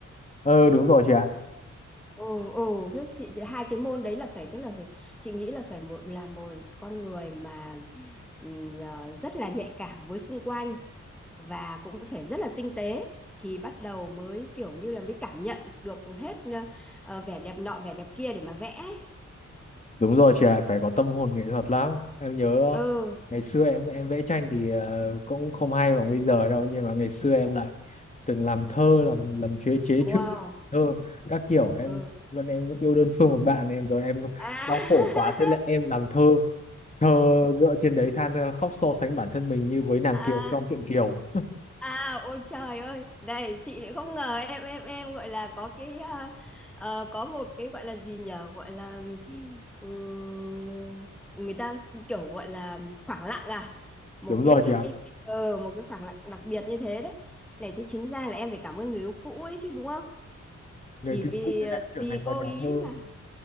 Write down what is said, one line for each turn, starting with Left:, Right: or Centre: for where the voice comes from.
Left: ờ đúng rồi chị ạ
Centre: Ồ, ồ, khiếp chị hai cái môn đấy là phải tức là phải chị nghĩ là phải một là một con người mà ừm, à, rất là nhạy cảm với xung quanh và cũng phải rất là tinh tế thì bắt đầu mới kiểu như là mới cảm nhận được hết ờ, ờ, vẻ đẹp nọ vẻ đẹp kia để mà vẽ. ấy.
Left: Đúng rồi chị ạ, phải có tâm hồn nghệ thuật lắm. Em nhớ
Centre: Ừ,
Left: ngày xưa em em vẽ tranh thì ờ, cũng không hay bằng bây giờ đâu nhưng mà ngày xưa em lại từng làm thơ làm làm chế chế
Centre: wow.
Left: truyện thơ các kiểu em
Centre: Ừ.
Left: lần em yêu đơn phương một bạn em rồi em
Centre: À.
Left: đau khổ quá thế là em làm thơ thơ dựa trên đấy than ờ, khóc so sánh bản thân mình như với nàng
Centre: <laughs>
Left: Kiều trong truyện Kiều.
Centre: À, ôi trời ơi, này chị lại không ngờ em em em gọi là có cái à, ờ, có một cái gọi là gì nhở gọi là ừm, người ta kiểu gọi là khoảng lặng à một
Left: Đúng rồi
Centre: cái cái
Left: chị ạ.
Centre: cái, cái ờ, một cái khoảng lặng đặc biệt như thế đấy. Này thế chính ra là em phải cảm ơn người yêu cũ ấy chứ đúng không?
Left: Người
Centre: chỉ
Left: kia
Centre: vì
Left: cũng cái
Centre: ờ,
Left: này em trở
Centre: vì
Left: thành một
Centre: cô
Left: nhà
Centre: ý
Left: thơ.
Centre: mà